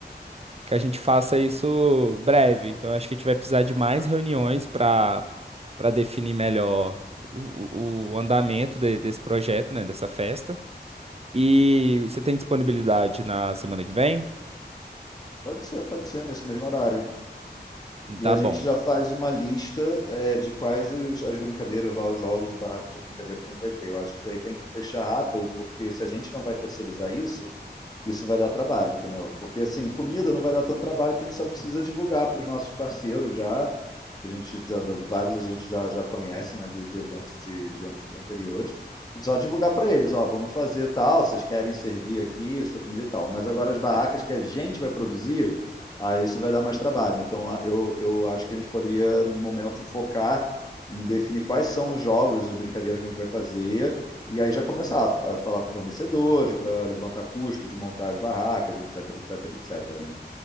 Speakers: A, on the right (about 35°); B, on the left (about 20°).
A: que a gente faça isso breve. Então, acho que a gente vai precisar de mais reuniões para para definir melhor o, o- o andamento de- desse projeto, né, dessa festa. E você tem disponibilidade na semana que vem?
B: Pode ser, pode ser nesse mesmo horário. E
A: Tá
B: a gente
A: bom.
B: já faz uma lista é, de quais os- as brincadeiras lá, os jogos de barracas de brincadeira que a gente vai ter. Eu acho que isso daí tem que fechar rápido, porque se a gente não vai terceirizar isso, isso vai dar trabalho, entendeu? Porque assim, comida não vai dar tanto trabalho que a gente só precisa divulgar para os nossos parceiros já que a gente já, vários a gente já, já conhece, né, de, de eventos de, de anos anteriores, só divulgar para eles, ó, vamos fazer tal, vocês querem servir aqui, sua comida e tal. Mas agora as barracas que a gente vai produzir, aí isso vai dar mais trabalho. Então eu, eu acho que a gente poderia, no momento, focar em definir quais são os jogos, as brincadeiras que a gente vai fazer, e aí já começar a, a falar com fornecedores para levantar custo de montar as barracas, etc, etc, etc, né?